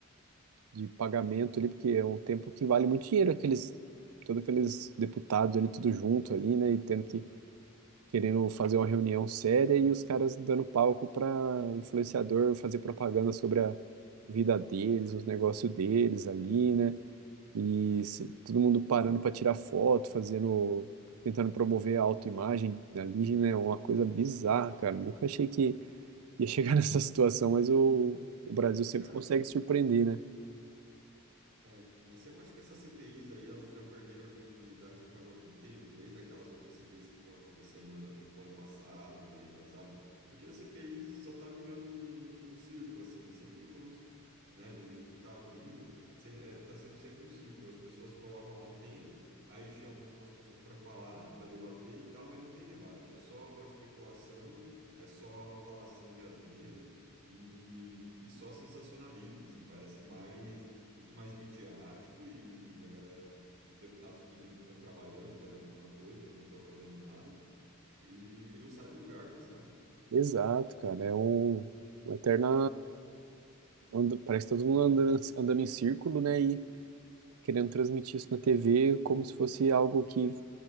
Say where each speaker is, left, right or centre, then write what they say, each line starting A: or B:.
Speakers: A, on the right; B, on the right.
A: de pagamento ali, porque é um tempo que vale muito dinheiro, aqueles, todos aqueles deputados ali, tudo junto ali, né? E tendo que querendo fazer uma reunião séria e os caras dando palco para influenciador fazer propaganda sobre a vida deles, os negócios deles ali, né? E se- todo mundo parando
B: Sim.
A: para tirar foto, fazendo, tentando promover a autoimagem ali, né? Uma coisa bizarra, cara. Nunca achei que ia chegar <laughs> nessa situação, mas o, o Brasil
B: Mas,
A: sempre
B: cara,
A: consegue surpreender, né?
B: É, você não acha que essas CPIs aí, elas já perderam a credibilidade já faz algum tempo, desde aquelas outras CPIs que foram acontecendo, ano- tipo, ano passado e retrasado? Porque as CPIs só tá virando um, um circo, assim, sempre foi um, né, do jeito que tá vindo, se, é, tá sendo sempre um circo. As pessoas colocam lá um tema, aí chamam umas pessoas para falar, para debater e tal, mas não tem debate, é só especulação, é só falação de asneira e, e só sensacionalismo, assim, parece mais muito mais midiático e a galera, os deputados fingindo que estão trabalhando, fazendo alguma coisa, quando não estão fazendo nada, e, e não sai do lugar, sabe?
A: Exato, cara. É um, uma eterna. anda- parece que tá todo mundo andando, andando em círculo, né? e querendo transmitir isso na TV como se fosse algo que